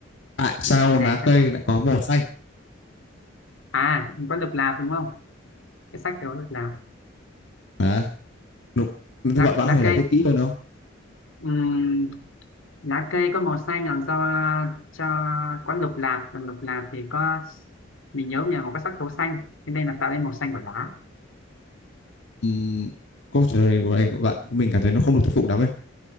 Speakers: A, on the left (about 65°); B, on the left (about 85°).
A: Tại sao
B: này
A: lá cây
B: chắc
A: lại có màu xanh?
B: à có lục lạc đúng không cái sách đó lục lạc
A: À, nụ- bạn
B: lá,
A: bạn có
B: lá
A: thể
B: cây
A: giải thích kỹ hơn không?
B: Ừm, lá cây có màu xanh là do cho có lục lạc còn lục lạc thì có mình nhớ nhà mà có sắc tố xanh thế nên là tạo nên màu xanh của lá
A: Ừm, câu trả lời của bạn, của bạn mình cảm thấy nó không được thuyết phục lắm ấy.